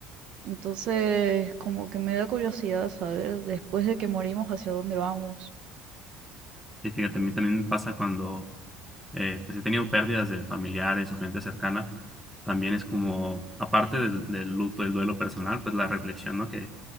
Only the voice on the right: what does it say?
Entonces, como que me da curiosidad saber después de que morimos hacia dónde vamos.